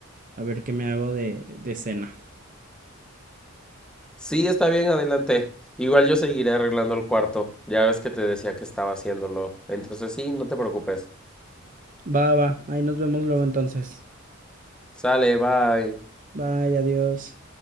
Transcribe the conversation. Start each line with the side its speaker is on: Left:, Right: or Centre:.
Right: A ver qué me hago de, de cena.
Centre: Sí, está bien, adelante. Igual yo seguiré arreglando el cuarto. Ya ves que te decía que estaba haciéndolo. Entonces sí, no te preocupes.
Right: Va, va, ahí nos vemos luego entonces.
Centre: Sale, bye.
Right: Bye, adiós.